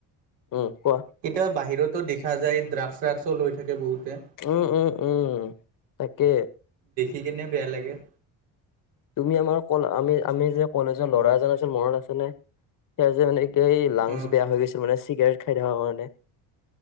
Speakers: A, on the left (about 50°); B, on the right (about 80°).
A: উম কোৱা
B: কেতিয়াবা বাহিৰতো দেখা যায় ড্ৰাগছ চ্ৰাগসো লৈ থাকে বহুতে
A: উম, উম, উম, তাকে
B: দেখি কিনে পেয়া লাগ্গা
A: তুমি আমাৰ ক আমি আমি যে কলেজৰ ল'ৰা এজন আছিল মণ আছেনেে স যে ম এ এই
B: অ
A: লাংচ বেয়া হৈ গৈছিল মানে চিগাৰেট খাই থকা কাৰণে